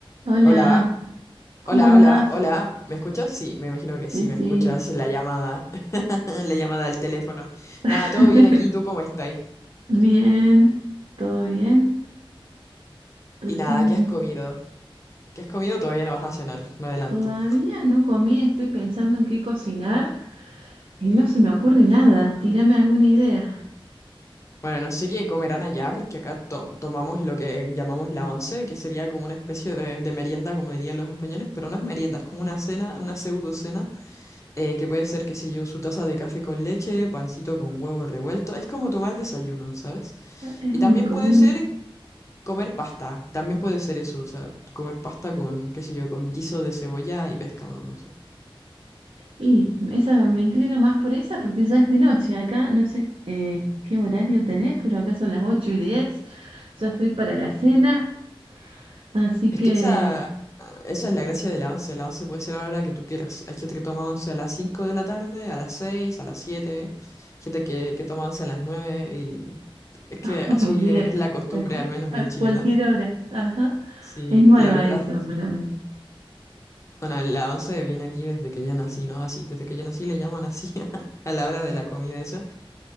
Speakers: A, on the right; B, on the left.
A: Hola,
B: Hola,
A: ¿cómo
B: hola,
A: andas?
B: hola, hola. ¿Me escuchas? Sí, me imagino que
A: Sí,
B: sí,
A: sí,
B: me escuchas la llamada, <laughs> la llamada al teléfono. Nada,
A: <laughs>
B: todo bien aquí, ¿tú cómo estás?
A: bien, todo bien. Recién
B: Y nada, ¿qué has comido? ¿Qué has comido? Todavía no vas a cenar, me adelanto.
A: todavía no comí, estoy pensando en qué cocinar y no se me ocurre nada. Tírame alguna idea.
B: Bueno, no sé qué comerán allá, porque acá to- tomamos lo que llamamos la once, que sería como una especie de, de merienda, como dirían los españoles, pero no es merienda, es como una cena, una pseudo cena, eh, que puede ser, qué sé yo, su taza de café con leche, pancito con huevo revuelto. Es como tomar desayuno, ¿sabes?
A: Ah, Es
B: Y
A: un
B: también
A: como
B: puede
A: un
B: ser Comer pasta, también puede ser eso, o sea, comer pasta con, qué sé yo, con guiso de cebolla y pescado, no sé.
A: y esa me inclino más por esa porque ya es de noche. Acá no sé eh, qué horario tenés, pero acá son las 8 y 10. Ya estoy para la cena, así
B: Es
A: que
B: que esa, esa es la gracia de la once, la once puede ser a la hora que tú quieras. Hay gente que toma once a las 5 de la tarde, a las 6 a las siete gente que, que toma once a las 9 y es que
A: <laughs>
B: así
A: muy bien.
B: es, es la costumbre,
A: A, cu-
B: al menos
A: a
B: en Chile,
A: cualquier
B: ¿no?
A: hora. Ajá.
B: Sí,
A: Es nueva
B: la verdad
A: esa
B: es que sí.
A: para mí.
B: Bueno, la once viene aquí desde que yo nací, ¿no? Así, desde que yo nací le llaman así <laughs> a la hora de la comida esa.